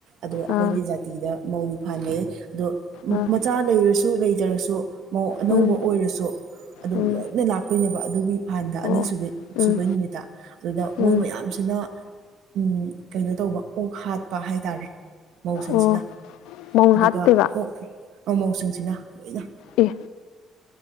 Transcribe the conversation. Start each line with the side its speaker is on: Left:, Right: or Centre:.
Right: ꯑꯗꯣ ꯑꯩꯈꯣꯏꯒꯤ
Left: ꯑꯥ
Right: ꯖꯥꯇꯤꯗ ꯃꯧꯒꯤ ꯐꯥꯟ ꯂꯩꯌꯦ ꯑꯗꯨ
Left: ꯑꯥ
Right: ꯃꯆꯥ ꯂꯩꯔꯁꯨ ꯂꯩꯇꯔꯁꯨ ꯑꯅꯧꯕ
Left: ꯎꯝ
Right: ꯑꯣꯏꯔꯁꯨ ꯑꯗꯨꯝ
Left: ꯎꯝ
Right: ꯂꯣꯏꯅ ꯂꯥꯛꯇꯣꯏꯅꯦꯕ ꯑꯗꯨꯒꯤ ꯐꯥꯟꯗ
Left: ꯑꯣ
Right: ꯑꯅꯤꯁꯨꯒꯦ
Left: ꯎꯝ
Right: ꯁꯨꯕꯩ ꯅꯨꯃꯤꯠꯇ ꯑꯗꯨꯗ
Left: ꯎꯝ
Right: ꯃꯣꯏ ꯃꯌꯥꯝꯁꯤꯅ ꯎ ꯀꯩꯅꯣ ꯇꯧꯕ ꯑꯣꯛ ꯍꯥꯠꯄ ꯍꯥꯏꯇꯥꯔꯦ ꯃꯧꯁꯤꯡꯁꯤꯅ
Left: ꯑꯣ ꯃꯧꯅ
Right: ꯑꯗꯨꯒ
Left: ꯍꯥꯞꯇꯣꯏꯕ
Right: ꯑꯣꯛ ꯃꯃꯧꯁꯤꯡꯁꯤꯅ ꯂꯣꯏꯅ
Left: ꯑꯦ